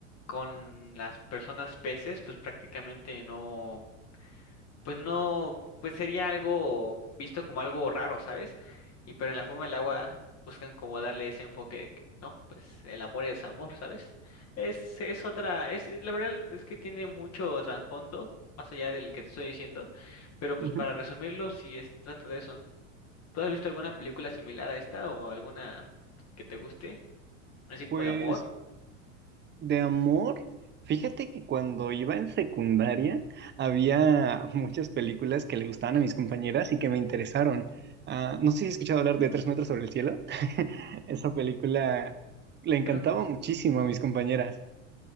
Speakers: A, on the left; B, on the right.
A: con las personas peces, pues prácticamente no pues no, pues sería algo visto como algo raro, ¿sabes? Y pero en la forma del agua buscan como darle ese enfoque, de que, no, pues el amor es amor, ¿sabes? Es, es otra, es, la verdad es que tiene mucho trasfondo, más allá del que te estoy diciendo, pero pues
B: Ujú.
A: para resumirlo, sí es, trata de eso. ¿Tú has visto alguna película similar a esta o alguna que te guste, así como
B: Pues
A: de amor?
B: De amor, fíjate que cuando iba en secundaria había <laughs> muchas películas que le gustaban a mis compañeras y que me interesaron. Ah, no sé si has escuchado hablar de Tres metros sobre el cielo. <laughs> Esa película le encantaba
A: Creo
B: muchísimo a mis compañeras.